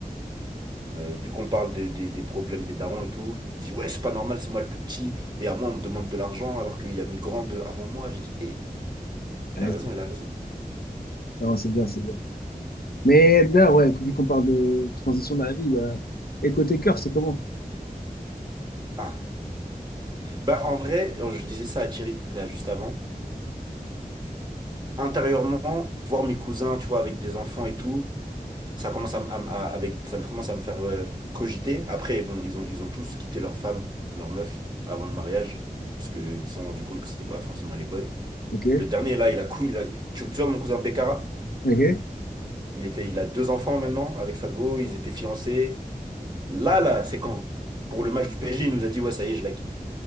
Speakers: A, on the right; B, on the left.
A: Euh, vu qu'on parle des, des, des problèmes des darons et tout, il dit, ouais, c'est pas normal, c'est moi le plus petit. Et à moi, on me demande de l'argent alors qu'il y a mes grands de- avant moi. J'ai dit, hé, il
B: ouais,
A: a raison, il a raison.
B: non, c'est bien, c'est bien. Mais là, ouais, vu qu'on parle de transition dans la vie, bah, et côté cœur, c'est comment?
A: Ah, bah en vrai, euh, je disais ça à Thierry là juste avant. Intérieurement, voir mes cousins, tu vois, avec des enfants et tout, ça commence à, m- à m- à- avec, ça me commence à me faire euh, cogiter. Après, bon, ils ont, ils ont tous quitté leur femme, leur meuf, avant le mariage, parce qu'ils se sont rendus compte que c'était pas forcément les bonnes.
B: Ok,
A: Le dernier, là, il a cool. il a- Tu, tu vois mon cousin Bekara?
B: ok.
A: Il était, il a deux enfants maintenant avec sa go, ils étaient fiancés. Là, là, c'est quand? Pour le match du PSG, il nous a dit, ouais, ça y est, je la quitte.